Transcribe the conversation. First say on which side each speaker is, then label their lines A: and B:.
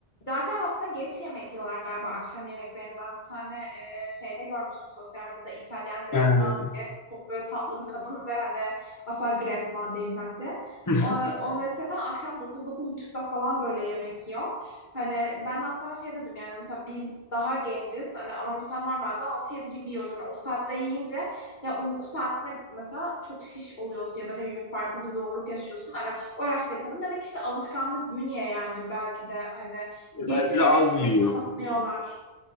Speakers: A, on the left; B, on the left.
A: Zaten aslında geç yemek yiyorlar galiba akşam yemeklerini. Ben bir tane e, şeyde görmüştüm sosyal medyada İtalyan Grandma
B: eee,
A: diye. Çok böyle tatlı bir kadın ve hani asla Grandma değil bence.
B: <laughs>
A: O, o mesela akşam dokuz dokuz buçukta falan böyle yemek yiyor. Hani ben hatta şey dedim yani mesela biz daha genciz hani ama mesela normalde altı yedi gibi yiyoruz. Hani o saatte yiyince ya uyku saatinde mesela çok şiş oluyorsun ya da ne bileyim farklı bir zorluk yaşıyorsun. Hani o yaşta kadın demek ki işte alışkanlık bünye yani belki de hani Geç
B: belki de
A: yemek
B: az
A: yemeyi
B: yiyor.
A: savunuyorlar.